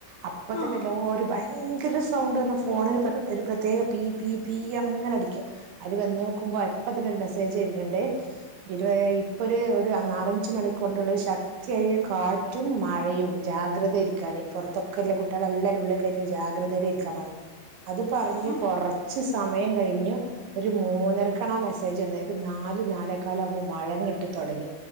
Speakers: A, on the right (about 70°); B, on the left (about 75°).
A: അപ്പ
B: ആഹ്
A: തന്നെയല്ലാരും ഭൈ യങ്കര സൗണ്ട് പറഞ്ഞാ ഫോണിന് പെർ ഒരു പ്രത്യേക പി പി പീ അർന് ഇങ്ങന ടിക്യാ. അര് വന്ന് നോക്കുമ്പോ അപ്പ തന്നെരു മെസ്സേജ് വരുണുണ്ട് ഇരുവയ് ഒരു ഒരു നാലഞ്ച് മണിക്കൂറിനുള്ളിൽ ശക്തിയായ കാറ്റും മഴയും ജാഗ്രത ഇരിക്കാന് പൊറത്തൊക്കെല്ല കുട്ടികളെല്ലാരരും ഉള്ളേ കയറ്റി ജാഗ്രതേയുടെ ഇരിക്കാൻ പറഞ്ഞ് അത് പറഞ്ഞ്
B: ആഹാ
A: കൊറച്ച് സമ സമയം കഴിഞ്ഞു ഒരു മൂന്നരക്കാണ
B: ആഹ്
A: മെസ് നാല് നാലേക്കാലം ആമ്പോ മഴയങ്ങട്ട് തോടങ്ങി